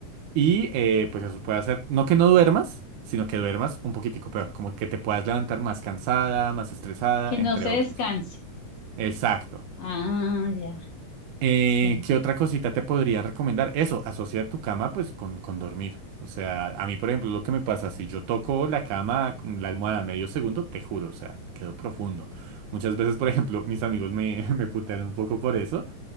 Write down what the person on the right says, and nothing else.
Y eh, pues eso puede hacer, no que no duermas, sino que duermas un poquitico peor, como que te puedas levantar más cansada, más estresada,
entre
otros.
Exacto.
Eh,
¿qué otra cosita te podría recomendar? Eso, asocia tu cama pues con, con dormir. O sea, a mí, por ejemplo, lo que me pasa, si yo toco la cama, con la almohada medio segundo, te juro, o sea, quedo profundo. Muchas veces, por ejemplo, mis amigos me, <laughs> me putean un poco por eso,